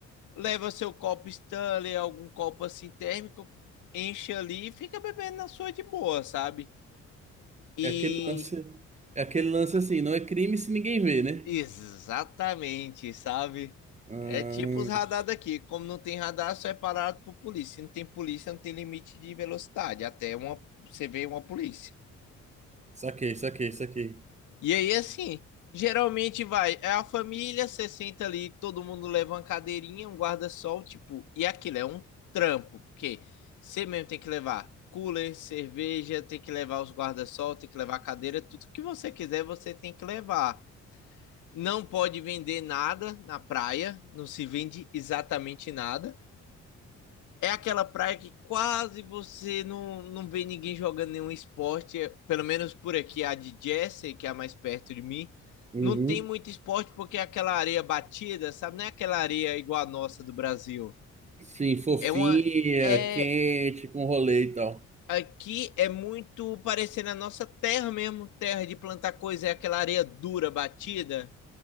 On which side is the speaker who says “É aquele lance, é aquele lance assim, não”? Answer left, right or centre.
Right